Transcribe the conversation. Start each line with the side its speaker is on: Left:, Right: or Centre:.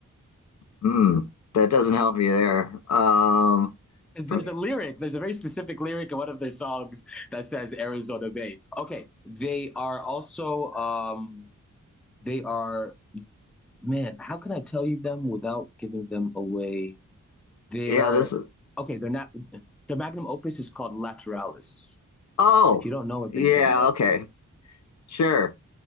Left: Hmm. That doesn't help me there. Um,
Centre: 'Cause
Left: from
Centre: There's a lyric. There's a very specific lyric in one of their songs that says Arizona Bay. Okay, they are also um, They are, man, how can I tell you them without giving them away? They're,
Left: yeah, this is
Centre: okay, they're not, their magnum opus is called Lateralis.
Left: oh,
Centre: If you don't know it,
Left: yeah,
Centre: then you don't know.
Left: okay. Sure.